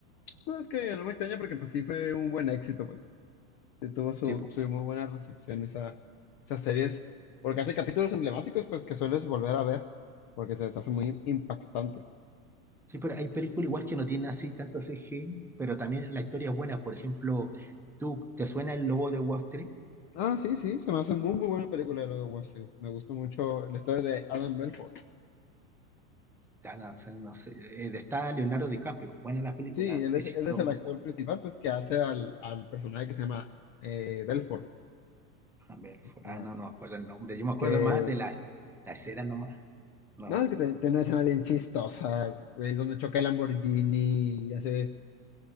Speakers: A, on the left; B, in the centre.
A: No, es que no me extraña porque pues sí fue un buen éxito, pues sí tuvo su,
B: Sí, po.
A: su muy buena recepción esa, esas series, porque hace capítulos emblemáticos, pues que sueles volver a ver, porque se te hacen muy impactantes.
B: Sí, pero hay películas igual que no tienen así tanto CG, pero también la historia es buena. Por ejemplo, ¿tú te suena El Lobo de Wall Street?
A: Ah, sí, sí, se me hace muy, muy buena película de Lobo de Wall Street. Me gustó mucho la historia de Adam Belfort.
B: Ah, no, Fran, no sé, eh, está Leonardo DiCaprio. Buena la película,
A: Sí, él
B: es
A: es, él
B: chistosa.
A: es el actor principal, pues, que hace al, al personaje que se llama eh, Belfort.
B: A ver, fu- ah,
A: ah,
B: no, no me acuerdo el nombre. Yo me acuerdo
A: que,
B: más de la, la escena nomás. No,
A: no, es que te- tiene escenas bien chistosas, güey, donde choca el Lamborghini y hace...